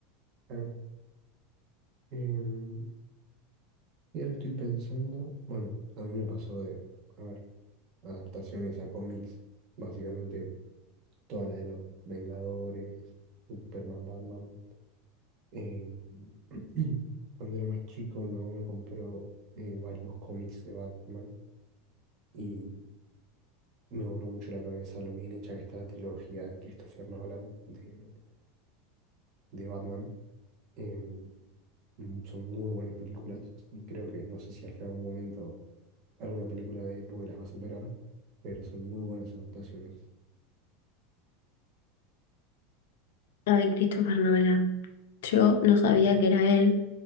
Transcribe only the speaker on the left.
Ay, Christopher Nolan. Yo no sabía que era él,